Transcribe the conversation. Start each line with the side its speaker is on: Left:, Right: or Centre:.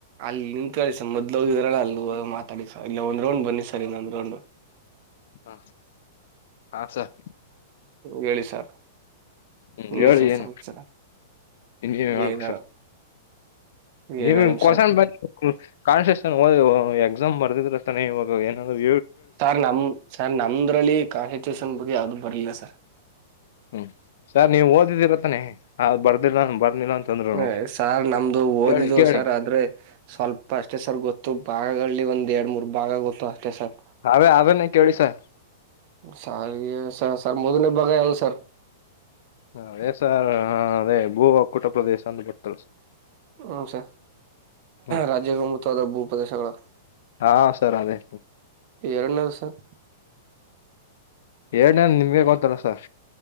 Right: ಅಲ್ಲಿ ನಿಂತತ್ ಕೇಳಿ ಸರ್ ಮೊದ್ ಹೋಗಿದ್ರಲ್ಲ ಅಲ್ಲಿ ಮಾತಾಡಿ ಸರ್ ಇಲ್ಲ ಒಂದ್ ರೌ ಬನ್ನಿ ಸರ್ ಇನ್ನೊಂದ್ ರೌಂಡ್
Left: ಹಾ ಹಾ ಸರ್
Right: ಹೇಳಿ ಸರ್
Left: ಹ್ಮ್
Right: ಇನ್ನೇನ್
Left: ಹೇಳಿ
Right: ಸರ್
Left: ಏನು
Right: ಸಮಾಚಾರ
Left: ಇಜ ಮಾಡಬೇಕಸ
Right: ಏನ್ ಹೇಳ
Left: ನೀವ
Right: ಏನ್ ಹೇಳಮ್
Left: ಕಸನ್
Right: ಸರ್
Left: ಬ ಕಾನ್ಸಿಯಸ್ ಹ ಎಕ್ಸಾಮ್ ಬರ್ದಿದ್ರ ತಾನೆ ಇವಾಗ ಏನಾದರು
Right: ಸರ್ ನಮ್ ಸರ್ ನಮ್ದ್ರಲ್ಲಿ ಕಾನ್ಸ್ಟಿಟ್ಯೂಷನ್ ಬುಗ್ಗೆ ಯಾವ್ದು ಬರ್ಲಿಲ್ಲ ಸರ್
Left: ಹ್ಮ ಸರ್ ನೀವ್ ಓದಿದಿರತ್ತಾನೆ ಅ ಬರ್ದಿಲ್ಲ ಬರ್ದಿಲ್ಲ ಅಂತಂದ್ರು
Right: ಹ ಸಾರ್ ನಮ್ದು ಓದಿದ್ದು
Left: ಕೇಳಿ ಕೇಳಿ
Right: ಸರ್ ಆದ್ರೆ ಸ್ವಲ್ಪ ಅಷ್ಟೇ ಸರ್ ಗೊತ್ತು ಭಾಗಗಳಲ್ಲಿ ಒಂದ್ ಎರಡು ಮೂರ್ ಭಾಗ ಗೊತ್ತು ಅಷ್ಟೇ ಸರ್
Left: ಹಾವೇ ಅವ ನ ಕೆೇಳ ಸ
Right: ಸರಿ ಸ ಸರ್ ಮೊದನೇ ಬಾಗ ಯಾವ್ದ ಸರ್
Left: ಹ ಅದೇ ಸರ್ ಅದೇ ಭೂ ಒಕ್ಕೂಟ ಪ್ರದೇಶ ಅಂತ ಬರ್ತಳ ಸ
Right: ಹ ಸ
Left: ಹ್ಮ್
Right: ರಾಜ್ಯ ಪ್ರಮುಖವಾದ ಭೂ ಪ್ರದೇಶಗಳು
Left: ಹಾ ಸರ್ ಅದೇ
Right: ಪೇರ್ಣ ಸರ್
Left: ಎರಡ್ನೇ ನಿಮ್ಗೆ ಗೊತ್ತಲ್ಲ ಸ